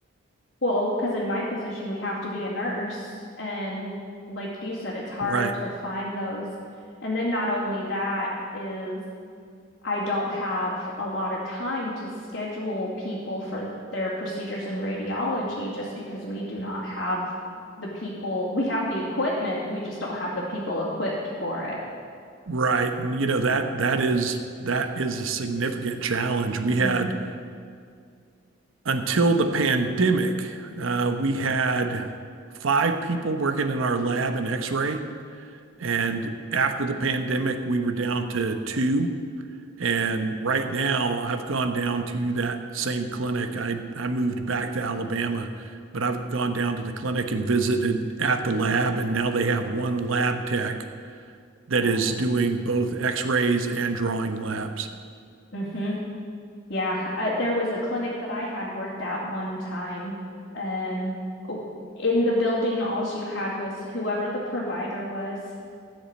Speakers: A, on the left (about 55°); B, on the right (about 75°).
A: well, because in my position, we have to be a nurse. And like you said, it's hard
B: Right.
A: to find those. And then not only that is I don't have a lot of time to schedule people for their procedures in radiology just because we do not have the people. We have the equipment, we just don't have the people equipped for it.
B: Right. And you know that that is that is a significant challenge. We had
A: Mm.
B: until the pandemic, uh, we had five people working in our lab in X-ray, and after the pandemic, we were down to two. And right now, I've gone down to that same clinic. I I moved back to Alabama, but I've gone down to the clinic and visited at the lab, and now they have one lab tech that
A: Oh,
B: is doing both x-rays and drawing labs
A: wow. Mhm. Yeah, uh, there was a clinic that I had worked at one time, and oh, in the building, all you had was whoever the provider was,